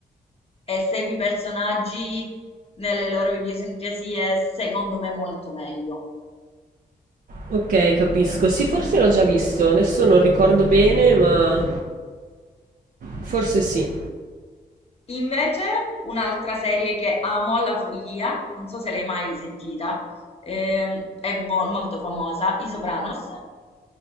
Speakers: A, on the left; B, on the right.
A: e segui i personaggi nelle loro idiosincrasie, secondo me, molto meglio.
B: Ok, capisco. Sì, forse l'ho già visto, adesso non ricordo bene, ma forse sì.
A: Invece, un'altra serie che amo alla follia, non so se l'hai mai sentita, ehm, è mo- molto famosa, I Sopranos.